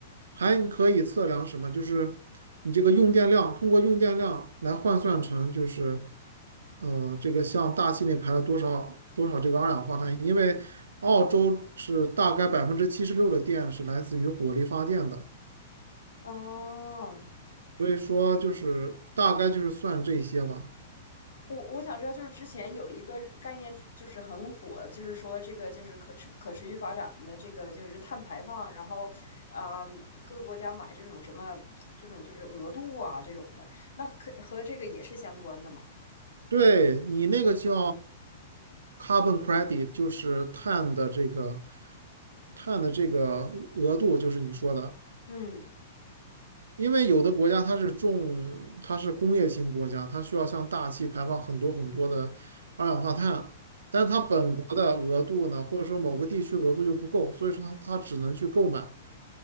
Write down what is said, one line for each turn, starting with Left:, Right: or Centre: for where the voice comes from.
Right: 还可以测量什么？就是你这个用电量，通过用电量来换算成就是呃，这个像大气内排了多少多少这个二氧化碳，因为澳洲是大概百分之七十六的电是来自于火力发电的。
Left: 哦。
Right: 所以说就是大概就是算这些吧。
Left: 我我想知道，就是之前有一个概念，就是很火，就是说这个就是可持可持续发展的这个就是碳排放，然后啊、各个国家买这种什么这种就是额度啊这种的，那可和这个也是相关的嘛？
Right: 对，你那个叫 carbon credit，就是碳的这个碳的这个额度，就是你说的。
Left: 嗯
Right: 因为有的国家它是重，它是工业型国家，它需要向大气排放很多很多的二氧化碳，但是它本国的额度呢，或者说某个地区额度又不够，所以说它它只能去购买。